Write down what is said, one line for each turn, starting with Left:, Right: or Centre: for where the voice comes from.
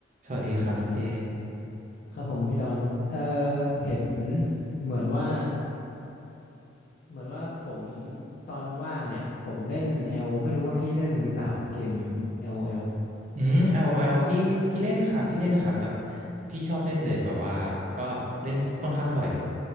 Right: สวัสดีครับน้องเจ
Left: ครับผมพี่ดอนเอ่อเห็นเหมือนว่าเหมือนว่าผมตอนว่างเนี่ยผมเล่นเอลไม่รู้ว่าพี่เล่นหรือเปล่าเกมเอลเอล
Right: อืม LOL พี่พี่เล่นครับพี่เล่นนะครับแบบพี่ชอบเล่นเลยแบบว่าก็เล่นค่อนข้างบ่อย